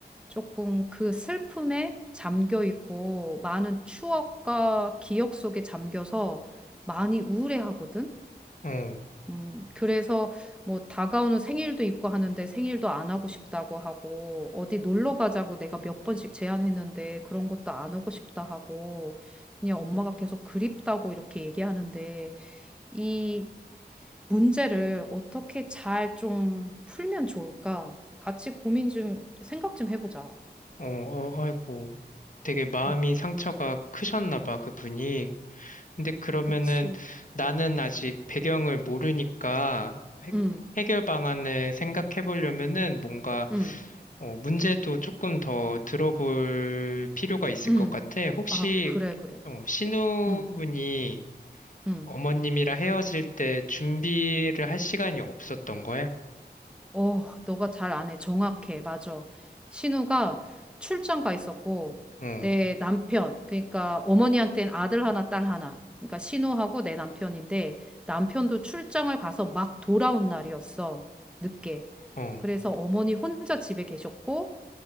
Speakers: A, in the centre; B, on the left (about 50°).
A: 조금 그 슬픔에 잠겨 있고 많은 추억과 기억 속에 잠겨서 많이 우울해하거든.
B: 어,
A: 음, 그래서 뭐 다가오는 생일도 있고 하는데 생일도 안 하고 싶다고 하고 어디 놀러 가자고 내가 몇 번씩 제안했는데 그런 것도 안 오고 싶다 하고 그냥 엄마가 계속 그립다고 이렇게 얘기하는데 이 문제를 어떻게 잘 좀 풀면 좋을까? 같이 고민 좀, 생각 좀 해보자.
B: 어, 어, 아이고. 되게 마음이
A: 음.
B: 상처가 크셨나 봐, 그분이. 근데 그러면은
A: 그치.
B: 나는 아직 배경을 모르니까 해,
A: 응,
B: 해결 방안을 생각해 보려면은 뭔가
A: 응,
B: 어, 문제도 조금 더 들어볼 필요가 있을
A: 응.
B: 것 같아. 혹시
A: 아, 그래, 그래.
B: 어, 신우분이
A: 응, 응.
B: 어머님이랑 헤어질 때 준비를 할 시간이 없었던 거야?
A: 어, 너가 잘 안 해. 정확해. 맞아. 신우가 출장 가 있었고,
B: 어,
A: 내 남편, 그러니까 어머니한테는 아들 하나, 딸 하나. 그러니까 신우하고 내 남편인데, 남편도 출장을 가서 막 돌아온 날이었어. 늦게.
B: 어,
A: 그래서 어머니 혼자 집에 계셨고,